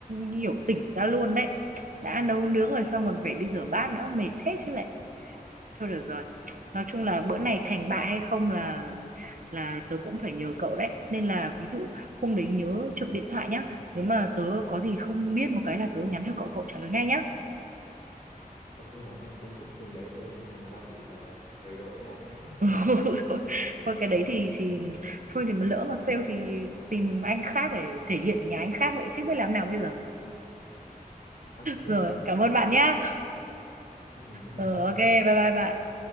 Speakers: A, on the right; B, on the left.
A: hiểu tỉnh ra luôn đấy. Đã nấu nướng rồi xong còn phải đi rửa bát nữa, mệt thế chứ lại Thôi được rồi. Nói chung là bữa này thành bại hay không là là tớ cũng phải nhờ cậu đấy. Nên là ví dụ hôm đấy nhớ trực điện thoại nhá. Nếu mà tớ có gì không biết một cái là tớ nhắn cho cậu, cậu trả lời ngay nhá.
B: Ok bạn ơi, công thức từng đấy thôi còn gia vị là trời độ nhá. <laughs>
A: <laughs> Thôi, thôi cái đấy thì thì thôi thì mà lỡ mà fail thì tìm anh khác để thể hiện ở nhà anh khác vậy chứ biết làm nào bây giờ.
B: Ok,
A: Rồi, cảm ơn bạn nhá.
B: ừ, hai
A: Ờ
B: hai bạn
A: ok, bye bye bạn.